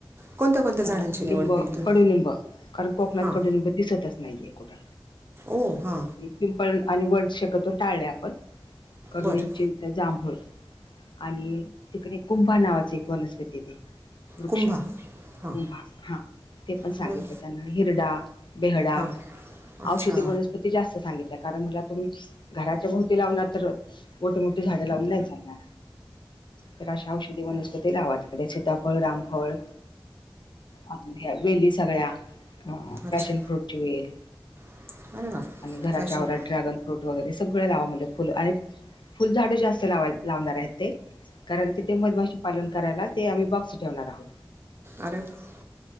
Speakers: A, on the right; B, on the left.
A: कोणत्या कोणत्या झाडांची
B: अ
A: निवड
B: लिंब
A: केली तू
B: कडुलिंब, कारण कोकणात
A: हां
B: कडुलिंब दिसतच नाहीये कुठं.
A: ओ हा.
B: पिंपल आणि वड शक्यतो टाळले आपण. कडुलिंब,
A: बरं
B: चिंच, जांभुळ आणि तिकडे कुंभा नावाचं एक वनस्पती ते. वृक्ष
A: कुंभा हां
B: कुंभा हा, ते पण सांगितले
A: बरं
B: त्यांना हिरडा, बेहडा
A: हां अच्छा
B: औषधी वनस्पती जास्त सांगितल्या, कारण म्हणला तुम्ही घराच्या भोवती लावणार तर, मोठ मोठी झाडे लावून नाही चालणार. तर अशा औष वनस्पती लावा तिकडे सीताफळ, रामफळ अजून ह्या वेली सगळ्या, अ
A: अच्छा
B: पॅशन फ्रूटची वेल
A: <unintelligible>
B: आणि घराच्या
A: फॅशन
B: आवरात ड्रॅगन फ्रूट वगैरे सगळं लावा म्हणलं फुलं, आणि फुल झाडं जास्त लाव लावणार आहेत ते, कारण तिथे मधमाशी पालन करायला ते आम्ही बॉक्स ठेवणार आहोत.
A: अरे वा.